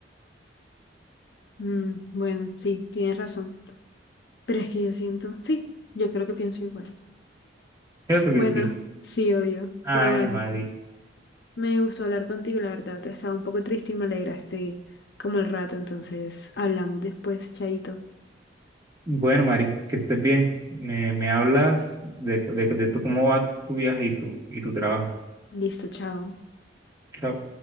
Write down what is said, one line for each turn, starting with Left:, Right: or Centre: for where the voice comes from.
Left: Mm, bueno, sí, tienes razón. Pero es que yo siento, sí, yo creo que pienso igual.
Right: Cierto que
Left: Bueno,
Right: sí.
Left: sí, obvio,
Right: Ay,
Left: pero bueno,
Right: Mari.
Left: me gustó hablar contigo, la verdad. Estaba un poco triste y me alegraste como el rato, entonces hablamos después, chaito.
Right: Bueno, Mari, que estés bien. Me, me hablas de, de, de tú, cómo va tu viaje y tu, y tu trabajo.
Left: Listo, chao.
Right: Chao.